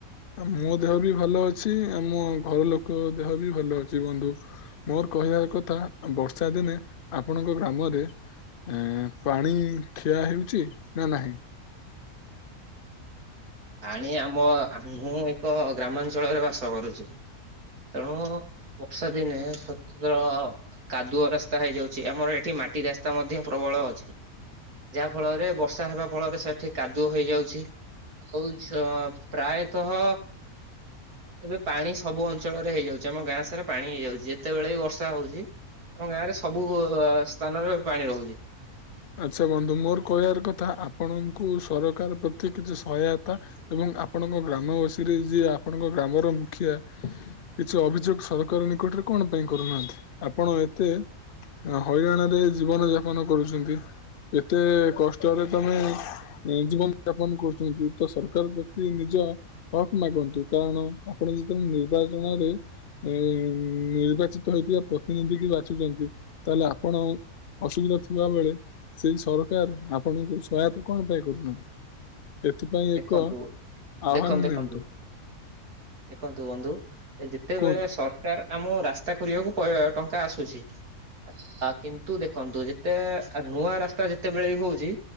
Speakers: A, on the left (about 60°); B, on the right (about 75°).
A: ମୋ ଦେହ ବି ଭଲ ଅଛି। ମୋ ଘର ଲୋକଙ୍କ ଦେହ ବି ଭଲ ଅଛି ବନ୍ଧୁ। ମୋର କହିବା କଥା ବର୍ଷା ଦିନେ ଆପଣଙ୍କ ଗ୍ରାମରେ ଏ ପାଣି ଠିଆ ହେଉଛି ନା ନାହିଁ?
B: ପାଣି ଆମ ମୁଁ ଏକ ଗ୍ରାମାଞ୍ଚଳରେ ବାସ କରୁଛି। ତେଣୁ ବର୍ଷା ଦିନେ ସ୍ୱତନ୍ତ୍ର କାଦୁଅ ରାସ୍ତା ହେଇଯାଉଛି। ଆମର ଏଠି ମାଟି ରାସ୍ତା ମଧ୍ୟ ପ୍ରବଳ ଅଛି। ଯାହା ଫଳରେ ବର୍ଷା ହେବା ଫଳରେ ସେଠି କାଦୁଅ ହେଇଯାଉଛି। ହଉଛ ପ୍ରାୟତଃ ଏବେ ପାଣି ସବୁ ଅଞ୍ଚଳରେ ହେଇଯାଉଛି। ଆମ ଗାଁ ସାରା ପାଣି ହେଇଯାଉଛି। ଯେତେବେଳେ ବି ବର୍ଷା ହଉଛି ଆ ଗାଁରେ ସବୁ ସ୍ଥାନରେ ପାଣି ରହୁଛି।
A: ଆଚ୍ଛା ବନ୍ଧୁ ମୋର କହିବାର କଥା ଆପଣଙ୍କୁ ସରକାର ପ୍ରତି କିଛି ସହାୟତା ଏବଂ ଆପଣଙ୍କ ଗ୍ରାମବାସୀରେ ଯିଏ ଆପଣଙ୍କ ଗ୍ରାମର ମୁଖିଆ କିଛି ଅଭିଯୋଗ ସରକାର ନିକଟରେ କଣ ପାଇଁ କରୁନାହାନ୍ତି। ଆପଣ ଏତେ ହଇରାଣରେ ଜୀବନଯାପନ କରୁଛନ୍ତି। ଏତେ କଷ୍ଟରେ ତମେ ଜୀବନ ଯାପନ କରୁଛନ୍ତି। ତ ସରକାର ପ୍ରତି ନିଜ ହକ୍ ମାଗନ୍ତୁ। କାରଣ ଆପଣ ଯେତେବେଳେ ନିର୍ବାଚନରେ ଏ ନିର୍ବାଚିତ ହେଇଥିବା ପ୍ରତିନିଧି କି ବାଛୁଛନ୍ତି। ତାହେଲେ ଆପଣ ଅସୁବିଧା ଥିବା ବେଳେ ସେଇ ସରକାର ଆପଣଙ୍କୁ ସହାୟତା କଣ ପାଇଁ କରୁନାହାନ୍ତି। ଏଥିପାଇଁ
B: ଦେଖନ୍ତୁ
A: ଏକ ଆହ୍ୱାନ
B: ଦେଖନ୍ତୁ ଦେଖନ୍ତୁ
A: ନିଅନ୍ତୁ।
B: ଦେଖନ୍ତୁ ବନ୍ଧୁ ଯେତେବେଳେ
A: କୁହନ୍ତୁ
B: ସରକାର ଆମ ରାସ୍ତା କରିବାକୁ ଟଙ୍କା ଆସୁଛି। ଆ କିନ୍ତୁ ଦେଖନ୍ତୁ ଯେତେ ନୂଆ ରାସ୍ତା ଯେତେବେଳେ ବି ହଉଛି